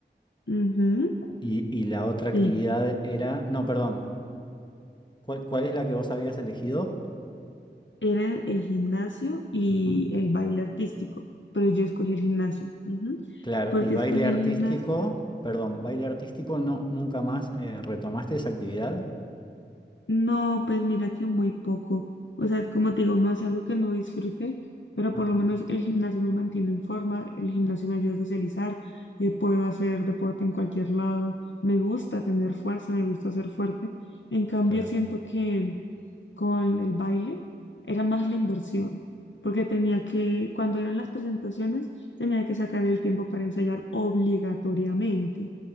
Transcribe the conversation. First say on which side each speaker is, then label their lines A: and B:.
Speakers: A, on the left; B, on the left.
A: Ujú.
B: y, y la otra actividad
A: Sí,
B: era, no, perdón, ¿cuál, cuál es la que vos habías elegido?
A: era el gimnasio y
B: Ujú.
A: el baile artístico, pero yo escogí el gimnasio. Ujú.
B: Claro,
A: ¿Por
B: y
A: qué
B: baile
A: escogí
B: artístico,
A: el gimnasio?
B: perdón, baile artístico no, nunca más eh, retomaste esa actividad.
A: No, pues mira que muy poco. O sea, como te digo, no es algo que no disfrute, pero
B: Ajá,
A: por lo menos el gimnasio me mantiene en forma, el gimnasio me ayuda a socializar, eh, puedo hacer deporte en cualquier lado, me gusta tener fuerza, me gusta ser fuerte. En cambio,
B: claro.
A: siento que con el baile era más la inversión, porque tenía que, cuando eran las presentaciones, tenía que sacar el tiempo para ensayar obligatoriamente,